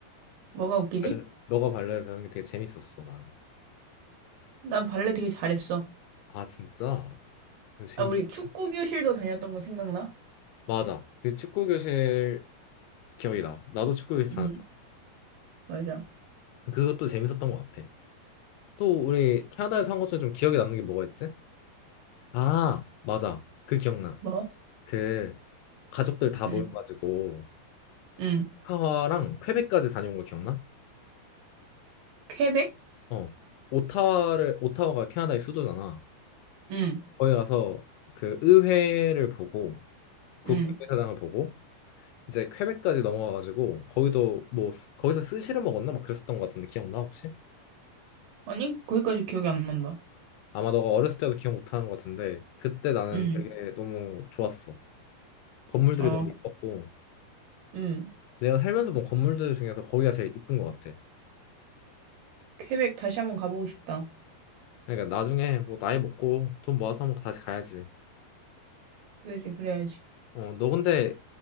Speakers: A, on the right; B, on the left.
A: 뭐가 웃기지?
B: 발레, 너가 발레를 배우는 게 되게 재밌었어, 난.
A: 난 발레 되게 잘했어.
B: 아, 진짜? 그 신기하다.
A: 아, 우리 축구 교실도 다녔던 거 생각나?
B: 맞아. 그 축구 교실 기억이 나. 나도 축구 교실
A: 응,
B: 다녔어.
A: 맞아.
B: 그것도 재밌었던 것 같아. 또 우리 캐나다에서 한 것 중에 좀 기억에 남는 게 뭐가 있지? 아, 맞아. 그 기억나.
A: 뭐?
B: 그 가족들 다
A: 응,
B: 모여가지고
A: 응.
B: 파와랑 퀘벡까지 다녀온 거 기억나?
A: 퀘벡?
B: 어, 오타와를, 오타와가 캐나다의 수도잖아.
A: 응,
B: 거기 가서 그 의회를 보고, 국회의사당을
A: 응.
B: 보고, 이제 퀘벡까지 넘어가가지고, 거기도 뭐, 스- 거기서 스시를 먹었나? 막 그랬었던 것 같은데, 기억나, 혹시?
A: 아니, 거기까지 기억이 안 난다.
B: 아마 너가 어렸을 때도 기억 못하는 것 같은데, 그때 나는
A: 응,
B: 되게 너무 좋았어. 건물들이
A: 아,
B: 너무 이뻤고,
A: 응.
B: 내가 살면서 본 건물들 중에서 거기가 제일 이쁜 것 같아.
A: 퀘벡 다시 한번 가보고 싶다.
B: 그러니까 나중에 뭐 나이 먹고 돈 모아서 한번 다시 가야지.
A: 그지, 그래야지.
B: 어, 너 근데